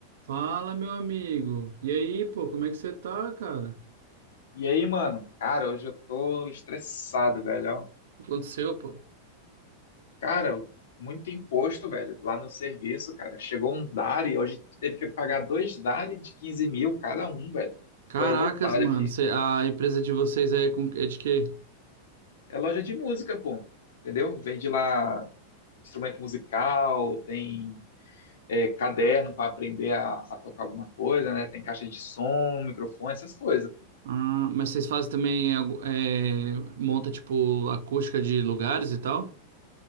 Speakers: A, on the right; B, on the left.
A: Fala, meu amigo. E aí, pô, como é que você tá, cara?
B: E aí, mano? Cara, hoje eu tô estressado, velho. ó.
A: O que aconteceu, pô?
B: Cara, muito imposto, velho, lá no serviço, cara. Chegou um DARI, hoje teve que pagar dois DARI de 15 mil cada um, velho.
A: Caracas,
B: Tô revoltado
A: mano.
B: aqui.
A: Cê- a empresa de vocês é, com- é de quê?
B: É loja de música, pô. Entendeu? Vende lá instrumento musical, tem é, caderno pra aprender a, a tocar alguma coisa, né? Tem caixa de som, microfone, essas coisas.
A: Ah, mas vocês fazem também, algo- é, monta, tipo, acústica de lugares e tal?